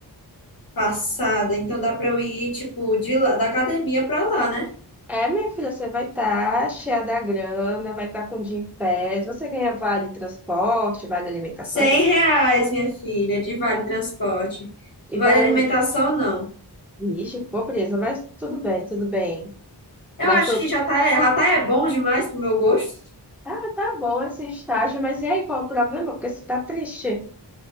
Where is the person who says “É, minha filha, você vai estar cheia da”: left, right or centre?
Centre